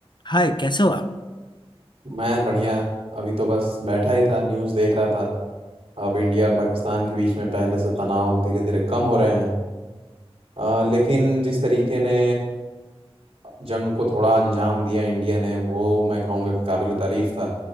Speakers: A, on the left; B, on the right.
A: हाय कैसे हो आप
B: मैं बढ़िया अभी तो बस बैठा ही था न्यूज़ देख रहा था अब इंडिया और पाकिस्तान के बीच में पहले से तनाव धीरे धीरे कम हो रहे हैं अ, लेकिन जिस तरीके ने जंग को थोड़ा अंजाम दिया इंडिया ने वो मैं कहूँगा कि काबिल तारीफ था